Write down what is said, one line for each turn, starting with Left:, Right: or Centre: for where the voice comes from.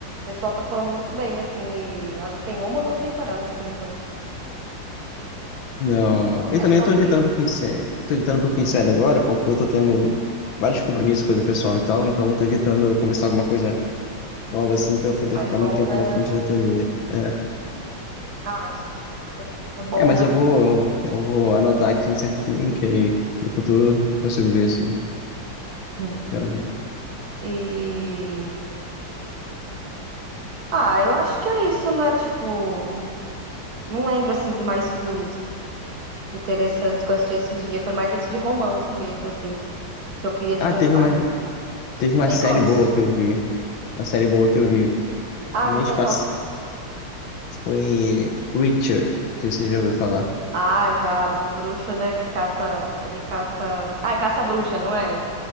Right: pessoal tá falando muito bem, assim, e acho que tem uma ou duas temporadas por enquanto.
Left: Não, não. Eu
Right: É
Left: também
Right: sobre
Left: tô evitando um pouquinho de série. Eu tô evitando um pouquinho de série agora, porque eu tô tendo vários compromissos, coisa pessoal e tal, então eu tô evitando começar alguma coisa nova assim pra poder
Right: mais
Left: ficar
Right: longa,
Left: muito tempo na frente
Right: né?
Left: da TV. É,
Right: Ah, mas é bom,
Left: é, mas
Right: né?
Left: eu vou, eu vou anotar aqui certinho, que aí no futuro eu consigo ver se eu
Right: Hum.
Left: quero ver.
Right: E ah, eu acho que é isso, né? Tipo, não lembro assim de mais filmes interessantes que eu assisti esses dias. Foi mais esse de romance mesmo, assim, que eu queria te
Left: Ah,
Right: contar.
Left: teve uma, teve uma
Right: Tem
Left: série
Right: outro?
Left: boa que eu vi. Uma série boa que eu vi.
Right: Ah,
Left: Mês
Right: você tem
Left: passado
Right: qual?
Left: foi Reacher. Não sei se você já ouviu falar.
Right: Ah, já, do bruxo, né? Que caça. Ele caça. Ah, é caça-bruxa, não é?